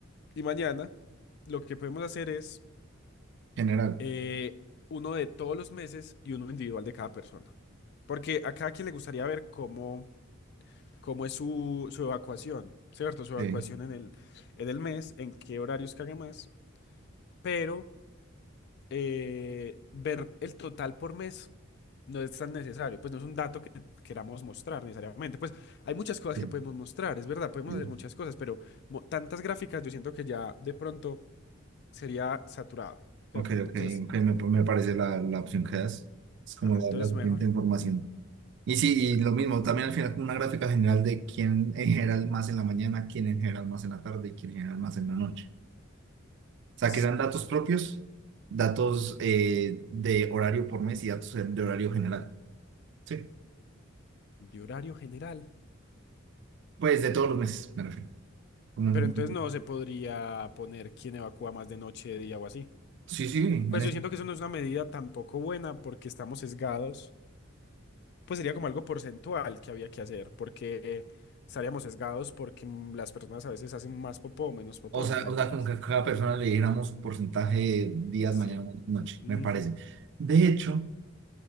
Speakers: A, on the left; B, on the right.
A: y mañana, lo que podemos hacer es
B: General.
A: eh, uno de todos los meses y uno individual de cada persona. Porque a cada quien le gustaría ver cómo, cómo es su, su evacuación, ¿cierto? Su evacuación
B: Sí,
A: en el, en el mes, en qué horarios caga más, pero eh, ver el total por mes no es tan necesario, pues no es un dato que queramos mostrar necesariamente. Pues hay muchas cosas
B: sí,
A: que podemos mostrar, es verdad, podemos
B: sí.
A: hacer muchas cosas, pero mo- tantas gráficas yo siento que ya de pronto sería saturado, ¿cierto?
B: Ok,
A: Entonces,
B: ok, ok, me, me parece la, la opción que das. Es como
A: ajá,
B: la,
A: entonces
B: la
A: mejor.
B: siguiente información. Y
A: Sí,
B: sí,
A: exacto.
B: y lo mismo, también al final como una gráfica general de quién en general más en la mañana, quién en general más en la tarde y quién en general más en la noche. O sea,
A: S-
B: que sean datos propios, datos eh, de horario por mes y datos de horario general. Sí.
A: De horario general.
B: Pues de todos los meses, me refiero. Como
A: Pero
B: un-
A: entonces no se podría poner quién evacúa más de noche, de día o así.
B: sí, sí, en
A: Pues
B: eso.
A: yo siento que eso no es una medida tampoco buena porque estamos sesgados pues sería como algo porcentual que había que hacer, porque estaríamos sesgados porque mm, las personas a veces hacen más popó o menos popó
B: O sea,
A: en el
B: o sea,
A: mes.
B: como que a cada persona le diéramos un porcentaje de días,
A: Sí.
B: mañana, noche,
A: Ujú.
B: me parece. De hecho,